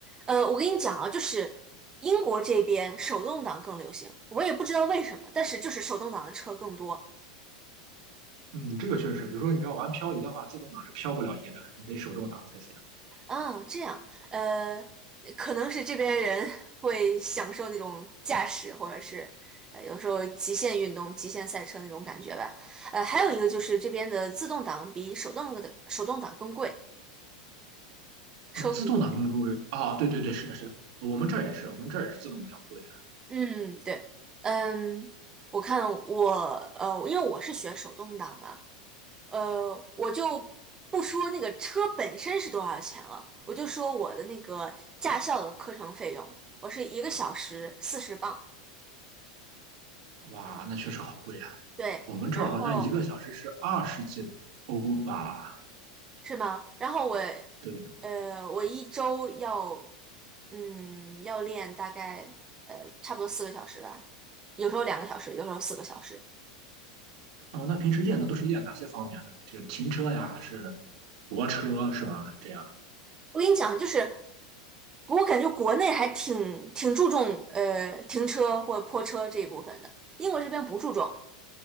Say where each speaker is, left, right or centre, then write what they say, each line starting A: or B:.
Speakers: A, on the right; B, on the right.
A: 呃，我跟你讲啊，就是英国这边手动挡更流行，我也不知道为什么，但是就是手动挡的车更多。
B: 嗯，这个确实，比如说你要玩漂移的话，自动挡是漂不了移的，你得手动挡才行。
A: 啊，这样，呃，可能是这边人 <laughs> 会享受那种驾驶，或者是呃有时候极限运动、极限赛车那种感觉吧。呃，还有一个就是这边的自动挡比手动的手动挡更贵。车录贵，
B: 呃，自动挡更贵啊，对对对，是的，是的，我们这儿也是，我们这儿也是自动比较贵。
A: 嗯，对，嗯，我看我呃，因为我是学手动挡嘛，呃，我就不说那个车本身是多少钱了，我就说我的那个驾校的课程费用，我是一个小时四十磅，
B: 哇，那确实好贵啊！
A: 对，
B: 我们这儿好像一个小时是二十几欧吧？
A: 然后是吗？然后我
B: 对，
A: 呃，我一周要嗯要练大概呃差不多四个小时吧，有时候两个小时，有时候四个小时。
B: 哦，那平时练的都是练哪些方面呢？就是停车呀，还是泊车是吧？这样，
A: 我跟你讲，就是我感觉国内还挺挺注重呃停车或泊车这一部分的，英国这边不注重，